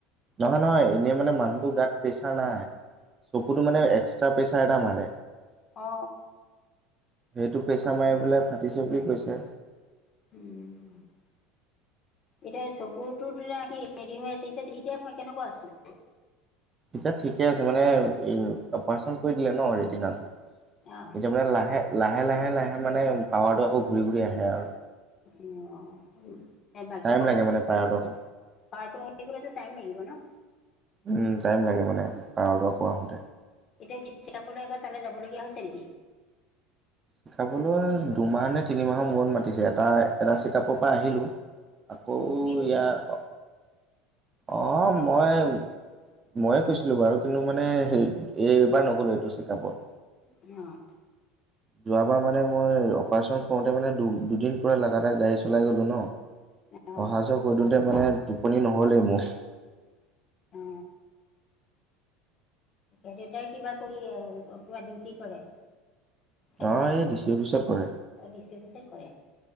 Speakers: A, on the right; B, on the left.
A: নহয়, নহয় এনেই মানে মানুহটোৰ গাত প্ৰেচাৰ নাই, চকুতো মানে এক্স টাৰ প্ৰেছাৰ এটা মাৰে,
B: অ
A: সেইটো প্ৰেছাৰ
B: গম পাইছো
A: মাৰি পেলাই ফা টিছে বুলি কৈছে।
B: উম। এতিয়া চকুৰটোত কি হেৰি হৈ আছে, এতিয়া এতিয়া কেনেকুৱা আছে।
A: এতিয়া ঠিকে আছে মানে অপাৰেচন কৰি দিলে ন ৰেদিনাত।
B: অ'।
A: এতিয়া মানে লাহে লাহে লাহে লাহে মানে পাৱাৰটো আকৌ ঘূৰি ঘূৰি আহে আৰু
B: উম, এই বাকী
A: টাইম
B: প্ৰব্লেম
A: লাগে মানে পাৱাৰটো আকৌ
B: পাৱাৰটো আহিবলে যে টাইম লাগিব ন।
A: উম, টাইম লাগে মানে, পাৱাৰটো আকৌ আহোঁতে।
B: এতিয়া কি চেকাপলৈ আকৌ তালৈ যাবলগীয়া হৈছে নেকি?
A: চেকাপলৈ দুমাহ নে তিনিমাহৰ মূৰত মাতিছে, এটা এটা চেকাপৰ পৰা আহিলোঁ। আকৌ ইয়াৰ
B: তুমি গৈছিলা লগত
A: অ' মই মইয়ে গৈছিলোঁ বাৰু, কিন্তু মানে সেই এই এইবাৰ নগলোঁ এইটো চেকআপত।
B: অ'
A: যোৱাবাৰ মানে মই অপাৰেচন কৰোঁতে মানে দু দুদিন পোৰা লাগাতাৰ গাড়ী চলাই গলোঁ ন।
B: অ
A: অহা যোৱা কৰি দিওঁতে মানে টোপনি নহ'লেই মোৰ।
B: অ এই দেউতাই কিবা কৰি কিবা ডিউটি কৰে। চাকৰি
A: অ' এই দি চি অফিছত কৰে।
B: অ' ডি চি অফিচত কৰে,